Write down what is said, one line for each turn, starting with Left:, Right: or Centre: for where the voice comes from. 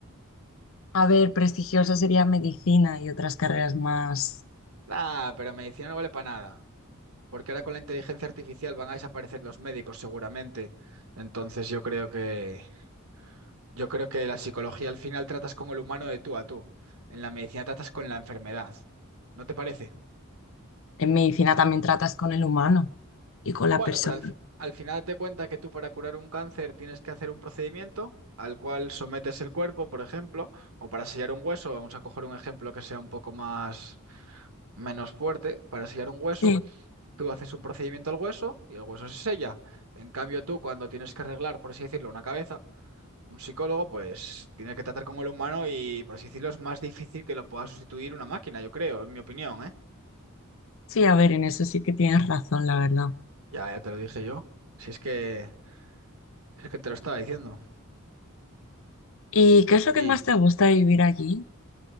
Left: A ver, prestigioso sería medicina y otras carreras más.
Right: Ah, pero medicina no vale para nada. Porque ahora con la inteligencia artificial van a desaparecer los médicos seguramente. Entonces yo creo que yo creo que la psicología al final tratas con el humano de tú a tú. En la medicina tratas con la enfermedad. ¿No te parece?
Left: En medicina también tratas con el humano y con la
Right: Bueno,
Left: persona.
Right: pero al, fi- al final te cuenta que tú para curar un cáncer tienes que hacer un procedimiento al cual sometes el cuerpo, por ejemplo, o para sellar un hueso, vamos a coger un ejemplo que sea un poco más menos fuerte, para sellar un hueso.
Left: Sí,
Right: Tú haces un procedimiento al hueso y el hueso se sella. En cambio, tú cuando tienes que arreglar, por así decirlo, una cabeza, un psicólogo, pues tiene que tratar con el humano y, por así decirlo, es más difícil que lo pueda sustituir una máquina, yo creo, en mi opinión, ¿eh?
Left: sí, a ver, en eso sí que tienes razón, la verdad.
Right: Ya, ya te lo dije yo. Si es que, si es que te lo estaba diciendo.
Left: ¿Y qué es lo
Right: Y
Left: que más te gusta de vivir allí?